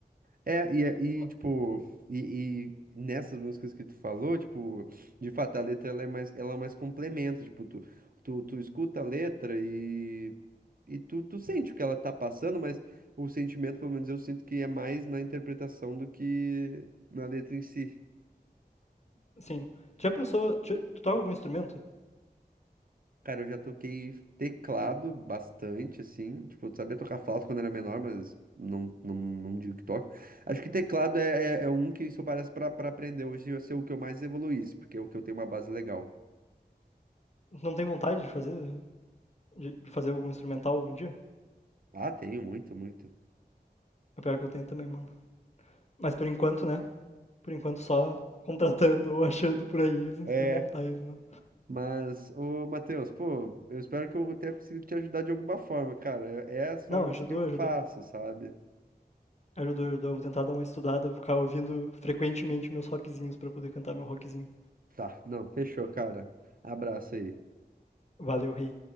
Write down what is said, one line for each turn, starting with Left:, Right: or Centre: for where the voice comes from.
Right: É, e, é, e
Left: Ma-
Right: tipo, e, e nessas músicas que tu falou, tipo, de fato a letra ela é mais, ela é mais complementa, tipo, tu, tu, tu escuta a letra e, e tu, tu sente o que ela tá passando, mas o sentimento, pelo menos eu sinto que é mais na interpretação do que na letra em si.
Left: Assim, tu já pensou, tu, tu toca algum instrumento?
Right: Cara, eu já toquei teclado bastante, assim. Tipo, eu sabia tocar flauta quando era menor, mas não, não, não digo que toco. Acho que teclado é, é, é um que, se eu parece, pra, pra aprender hoje, ia ser o que eu mais evoluísse, porque é o que eu tenho uma base legal.
Left: Não tem vontade de fazer, de, de fazer algum instrumental algum dia?
Right: Ah, tenho, muito, muito.
Left: É o pior que eu tenho também, mano. Mas por enquanto, né? Por enquanto só contratando ou achando por aí os instrumentais,
Right: É.
Left: mano.
Right: Mas, ô, Matheus, pô, eu espero que eu tenha conseguido te ajudar de alguma forma, cara. É, é as formas
Left: Não, ajudou,
Right: que eu
Left: ajudou.
Right: faço, sabe?
Left: Ajudou, ajudou. Vou tentar dar uma estudada, vou ficar ouvindo frequentemente meus rockzinhos pra poder cantar meu rockzinho.
Right: Tá, não, fechou, cara. Abraço aí.
Left: Valeu, rei.